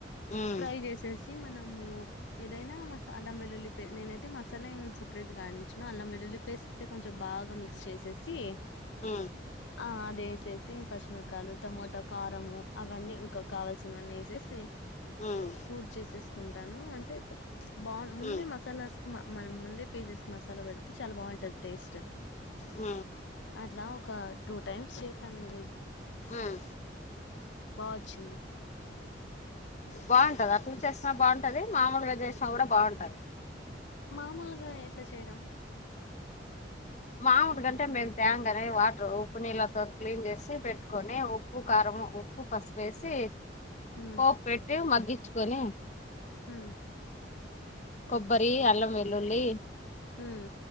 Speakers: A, on the left; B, on the left.
A: ఉమ్
B: ఫ్రై చేసేసి మనము ఏదైనా మసా అల్లం వెలుల్లి పేస్ట్ నేనైతే మసాలా ఏం సపరేట్ గా ఆడించను, అల్లం వెల్లుల్లి పేస్ట్ అయితే కొంచెం బాగా మిక్స్ చేసేసి
A: ఉ
B: ఆ అది ఎసేసి ఇన్ పచ్చిమిరకాయ టమోటా కారము అవన్నీ ఇంక కావలసినవన్నీ ఎసేసి
A: ఉమ్
B: నూర్చేసేసుకుంటాను అంటే బాగు ముందే
A: ఉమ్
B: మసాలాస్ మ మనం ముందే పే చేసుకొని మసాలా పెడితే చాలా బాగుంటది టేస్ట్
A: ఉ
B: అట్ల ఒక టూ టైమ్స్ చేశాను నేను
A: ఉమ్
B: బాచ్చింది
A: బాగుంటది అట్లు చేసినా బాగుంటది మామూలుగా చేసినా కూడా బాగుంటది
B: మామోలుగా ఎట్లా చేయడం
A: మామూడు గంటే మేము త్యాము గాని వాటర్ ఉప్పు నీళ్ళతో క్లీన్ చేసి పెట్టుకొని ఉ ఉప్పు కారము ఉప్పు పసుపు వేసి
B: హ్మ్
A: పోపు పెట్టి మగ్గిచుకొని
B: ఉ
A: కొబ్బరి అల్లం వెల్లుల్లి
B: హ్మ్